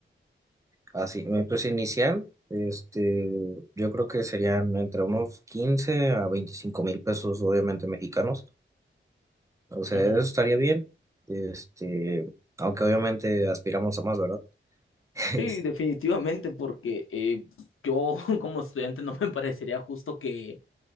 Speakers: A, on the right (about 15°); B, on the left (about 85°).
A: así, pues inicial, este, yo creo que serían entre unos 15 a 25 mil pesos, obviamente mexicanos, o sea,
B: Ujú.
A: eso estaría bien, este, aunque obviamente aspiramos a más, ¿verdad? <laughs>
B: Sí,
A: Es-
B: definitivamente, porque eh, yo <laughs> como estudiante no me parecería justo que